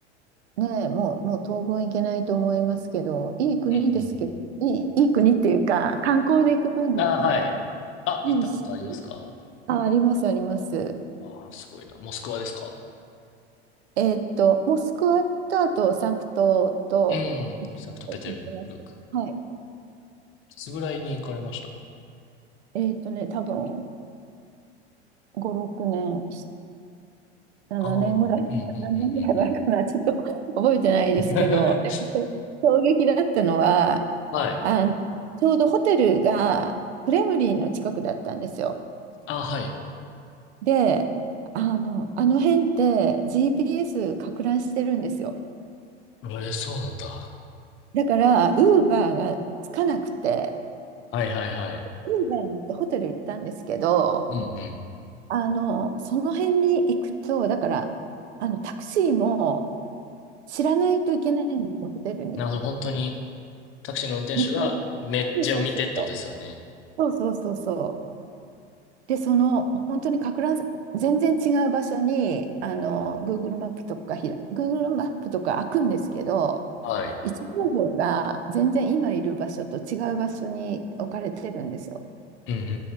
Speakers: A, on the right (about 70°); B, on the left (about 35°).
A: ね、もう、もう当分行けないと思いますけど、いい国ですけど、
B: うんうん。
A: いい、いい国っていうか、観光で行く分にはね。
B: ああ、はい。あ、
A: いいし、
B: 行ったことありますか
A: あ、あります、あります。
B: ああ、すごいな。モスクワですか
A: えーっと、モスクワと、あと、サンクトと、
B: うん、サンクトペテルブルク。
A: 行ってます。はい。
B: いつぐらいに行かれました
A: えーっとね、多分ご、5、6年、7年ぐらい、
B: ああー、うん、うん、うん、うん、
A: 何年ぐらい前かな、
B: うん。
A: ちょっと <laughs> 覚えてないですけど、
B: <laughs>
A: でもそう衝撃だったのは、
B: はい。
A: あの、ちょうどホテルがクレムリンの近くだったんですよ。
B: あ、はい。
A: で、あの、あの辺って GPS か乱してるんですよ。
B: えそうなんだ。
A: だから、ウーバーがつかなくて、
B: はいはいはい。
A: ウーバーに乗ってホテル行ったんですけど、
B: うんうん。
A: あの、その辺に行くと、だから、あの、タクシーも知らないといけないんですよ、ホテルに。
B: なるほど。本当に、タクシーの運転手がめっちゃを見てってことですよね。
A: 見てそうそうそうそうそうそうそうそうでその本当にかく乱全然違う場所にあの Google マップとかひら Google マップとか開くんですけど
B: はい。
A: 位置情報が全然今いる場所と違う場所に置かれてるんですよ
B: うんうんうんう